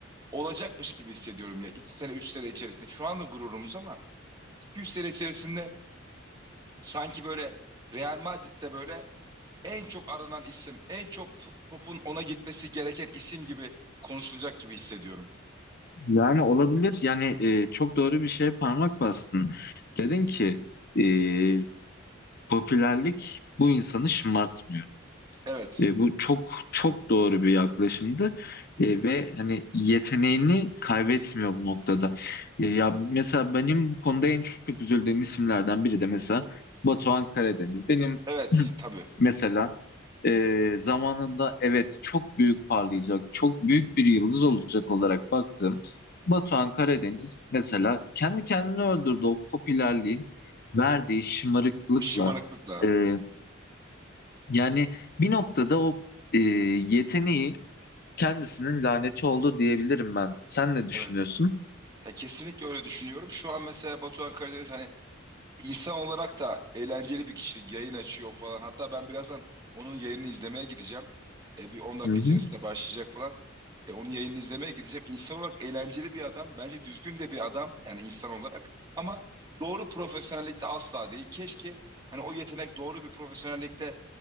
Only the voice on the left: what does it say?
Yani olabilir. Yani e, çok doğru bir şeye parmak bastın. Dedin ki e, popülerlik bu insanı şımartmıyor.
E, bu çok çok doğru bir yaklaşımdı E, ve hani yeteneğini kaybetmiyor bu noktada. E, ya mesela benim bu konuda en çok üzüldüğüm isimlerden biri de mesela Batuhan Karadeniz. Benim
<clears throat> mesela e, zamanında evet çok büyük parlayacak, çok büyük bir yıldız olacak olarak baktığım Batuhan Karadeniz mesela kendi kendini öldürdü o popülerliğin verdiği şımarıklıkla.
E, yani bir noktada o e, yeteneği kendisinin laneti oldu diyebilirim ben. Sen ne düşünüyorsun?
Hı hı.